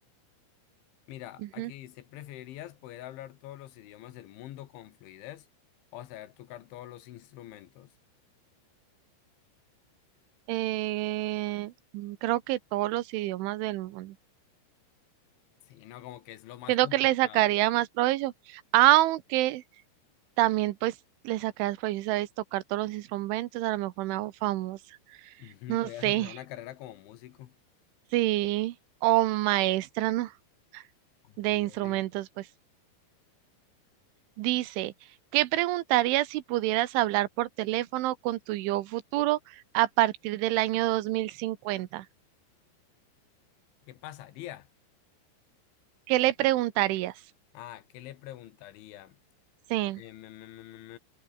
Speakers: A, on the left; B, on the right.
A: Mira,
B: <laughs>
A: aquí dice, ¿preferirías poder hablar todos los idiomas del mundo con fluidez o saber tocar todos los instrumentos?
B: Eh, mm, creo que todos los idiomas del mundo.
A: Sí, no, como que es lo más
B: Siento
A: complicado.
B: que le sacaría más provecho, aunque también pues le sacarías provecho, sabes, tocar todos los instrumentos, a lo mejor me hago famosa,
A: <laughs>
B: no
A: Podrías
B: sé,
A: empezar una carrera como músico.
B: sí, o maestra, ¿no?
A: Ándale.
B: De instrumentos, pues. Dice, ¿qué preguntarías si pudieras hablar por teléfono con tu yo futuro a partir del año dos mil cincuenta
A: ¿Qué pasaría?
B: ¿Qué le preguntarías?
A: Ah, ¿qué le preguntaría?
B: Sí.
A: Em, em, em, em,